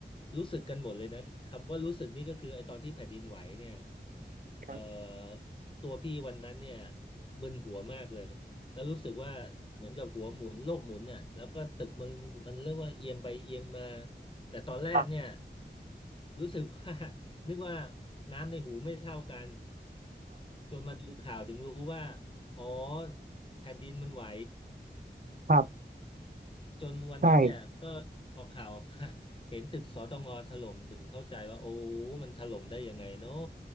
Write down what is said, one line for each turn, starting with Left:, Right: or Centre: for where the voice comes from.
Left: รู้สึกกันหมดเลยนะคำว่ารู้สึกนี่ก็คือไอ้ตอนที่แผ่นดินไหวเนี่ย
Right: ครับ
Left: เอ่อตัวพี่วันนั้นเนี่ยมึนหัวมากเลยแล้วรู้สึกว่าเหมือนกับหัวหมุนโลกหมุนน่ะแล้วก็ตึกมันมันเรียกว่าเอียงไปเอียงมาแต่ตอนแรกเนี่ย
Right: ครับ
Left: รู้สึกว่า นึกว่าน้ำในหูไม่เท่ากันจนมาดูข่าวถึงรู้ว่าอ๋อแผ่นดินมันไหว
Right: ครับ
Left: จนวันนั้นเนี่ยก็พอข่าวออกมา
Right: ใช่
Left: <laughs> เห็นตึกสตงถล่มถึงเข้าใจว่าโอ้มันถล่มได้ยังไงเนาะ